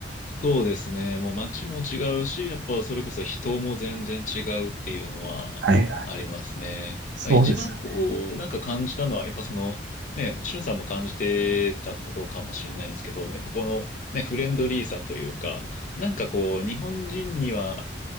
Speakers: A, on the left; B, on the right.
A: そうですね。もう街も違うし、やっぱそれこそ人も全然違うっていうのはありますね。
B: はいはい。そうですよね。
A: まあ一番こう、なんか感じたのは、やっぱその、ね、しゅんさんも感じてたことかもしれないんですけど、やっぱこの、ね、フレンドリーさというか、なんかこう、日本人には、